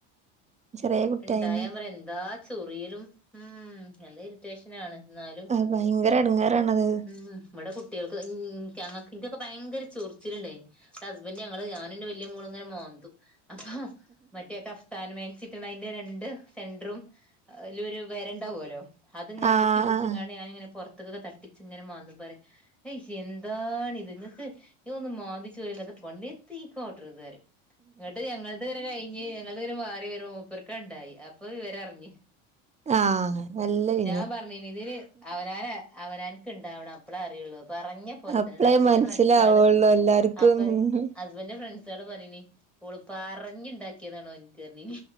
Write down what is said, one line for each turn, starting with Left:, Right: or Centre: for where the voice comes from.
Right: ചെറിയ കുട്ടിയായിന്ന്
Centre: ഇണ്ടായ ഞാൻ പറയും എന്താ ചൊറിയലും ഉം നല്ല ഇറിറ്റേഷൻ ആണ്. എന്നാലും
Right: അത് ഭയങ്കര എടങ്ങേറാണത്
Centre: ഉം ഇവിടെ കുട്ടികൾക്ക് ഉം ക്കാ എനിക്കൊക്കെ ഭയങ്കര ചൊറിച്ചിലുണ്ടായി ഹസ്ബൻ്റ് ഞങ്ങള് ഞാനും എന്റെ വലിയ മോളും ഇങ്ങനെ മാന്തും. അപ്പൊ മറ്റേ കഫ്താൻ മാക്സി എന്റെ രണ്ട് സെന്ററും അയിലൊരു വര ഉണ്ടാവോലോ അത് ഇങ്ങനെ
Right: ആഹ്
Centre: പൊക്കിപ്പൊടിച്ചു
Right: ആഹ്
Centre: നിക്കാണെ ഞാനിങ്ങനെ പുറത്തക്കൊക്കെ തട്ടിച്ച് ഇങ്ങനെ മാന്തുമ്മേ പറയ് ഹയ്യ് എന്താ എന്താണിത് ഇങ്ങക്ക് ഇതൊന്നും മാന്തിചൊറിയേല്ലാത്ത പണില്ലേ എന്തീ കാട്ടണെത് പറയും. ഇന്നട്ട് ഞങ്ങള്ത് ഇങ്ങനെ കഴിഞ്ഞ് ഞങ്ങൾടെ ഇങ്ങനെ മാറി വരുമ്പോൾ മൂപ്പർക്ക് ഉണ്ടായി അപ്പൊ വിവരറിഞ്ഞ്.
Right: ആഹ് നല്ല പിന്നെ
Centre: ഞാൻ പറഞ്ഞേനി ഇതിന് അവനവന് അവനവൻക്ക് ഇണ്ടാവണം അപ്പളാ അറിയുള്ളൂ. ഇപ്പ പറഞ്ഞ ഞ്ഞപോലെ
Right: അപ്പളേ
Centre: തന്നെ ഹസ്ബൻ്റിൻ്റെ
Right: മനസ്സിലാവുള്ളു
Centre: ഫ്രണ്ട്സ്കള്
Right: എല്ലാർക്കും
Centre: അപ്പോ
Right: ഉം
Centre: ഹസ്ബൻ്റിൻ്റെ ഫ്രന്സാൽ ഫ്രണ്ട്സാള് പറഞ്ഞിനി ഓള് പറഞ്ഞുണ്ടാക്കിയതാണ് ഓൻക്ക് പറഞ്ഞിനി